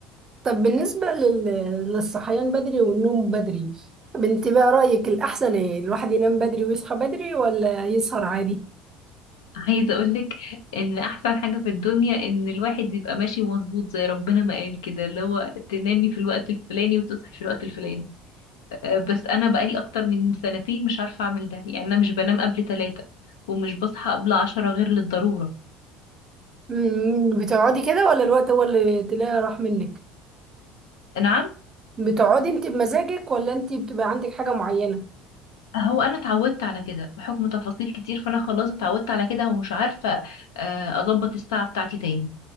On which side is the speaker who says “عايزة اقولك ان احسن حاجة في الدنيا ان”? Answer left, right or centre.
Left